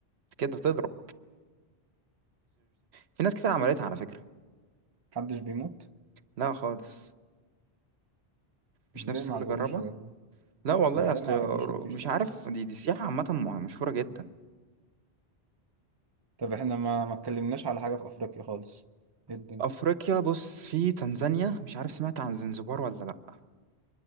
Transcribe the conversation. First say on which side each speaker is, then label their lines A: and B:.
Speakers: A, on the right; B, on the right.
A: كده تضرب في ناس كتير عملتها على فكره
B: محدش بيموت
A: لا خالص مش
B: ازاي
A: نفسك
B: مع
A: تجربها
B: القروش و...
A: لا والله
B: ازاي
A: اصل
B: مع القروش مفيش
A: مش
B: خطر
A: عارف دي دي سياحه عامه مشهوره جدا
B: طب احنا ما ما اتكلمناش على حاجة في أفريقيا خالص ايه الدنيا
A: افريقيا بص في تنزانيا مش عارف سمعت عن زنزبار ولا لا